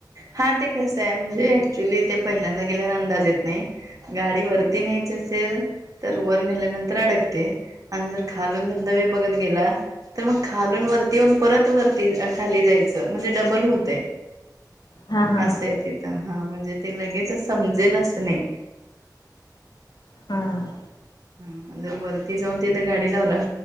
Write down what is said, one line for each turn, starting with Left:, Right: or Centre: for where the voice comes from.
Right: हा. ते कसं आहे म्हणजे ऍक्च्युली ते पहिल्यांदा गेल्यावर अंदाज येत नाही. गाडी वरती न्यायची असेल तर वर नेल्यानंतर अडकते आणि जर खालून धबधबे बघत गेला. तर मग खालून वरती येऊन परत वरती खाली जायचं म्हणजे डबल होतय.
Left: हा हा
Right: असंय तिथं हा म्हणजे ते लगेचच समजेल असं नाही.
Left: हमं.
Right: ह जर वरती जाऊन तिथे गाडी लावला.